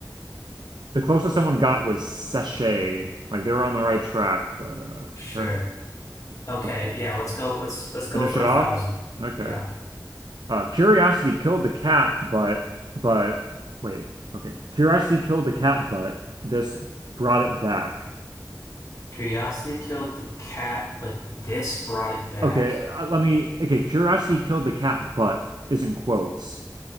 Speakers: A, on the right; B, on the left.
A: The closest someone got was sachet. Like they were on the right track, but uh,
B: Sure.
A: fair-
B: Okay,
A: okay.
B: yeah, let's go. Let's let's go
A: Finish
B: for
A: it
B: a
A: off.
B: thousand.
A: Okay.
B: Yeah.
A: Uh, curiosity killed the cat, but but wait, okay. Curiosity killed the cat, but this brought it back.
B: Curiosity killed the cat, but this brought it back.
A: Okay, uh, let me. Okay, curiosity killed the cat, but is in quotes,